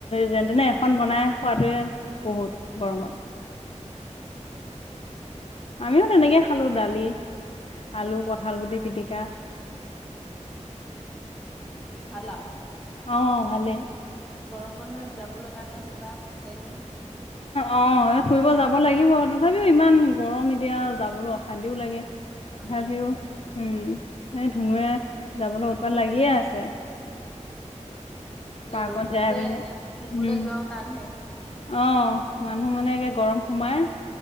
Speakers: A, on the left; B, in the centre.
A: যেনেতেনে এখন বনাই খোৱাটোৱে বহুত,
B: উম,
A: গৰমত।
B: উম, উম,
A: আমিও
B: বাকী
A: তেনেকে খালো দালি, আলু, কঠালগুটি পিটিকা।
B: অহ। বাকী ভাল আৰু?
A: অ ভালে।
B: এই গৰম বন্ধত যাবলৈ কাৰণে কিবা প্লেনিং?
A: অ এ ফুৰিব যাব লাগিব তথাপিও ইমান গৰম এতিয়া যাবলৈ অস শান্তিও লাগে তথাপিও
B: অশান্তি লাগে।
A: উম এই ধুনুুৱে যাবলৈ উৎপাত লাগিয়ে আছে।
B: উম যি
A: পাৰ্কত
B: ৰ'দ দিছে
A: যাই বোলে
B: এ ফুৰিবলৈ
A: উম
B: যোৱাও টানহে।
A: অ মানুহ মানে গৰম সোমাই